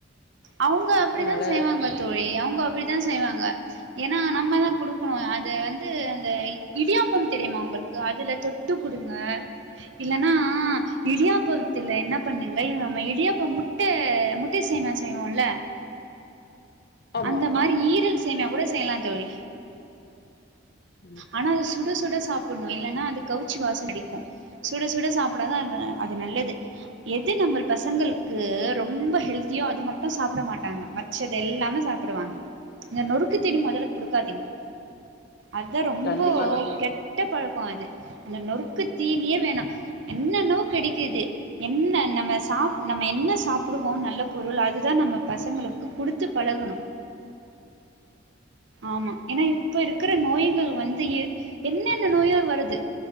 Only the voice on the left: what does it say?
அதனால
ஆமா
ம்,
கண்டிப்பாக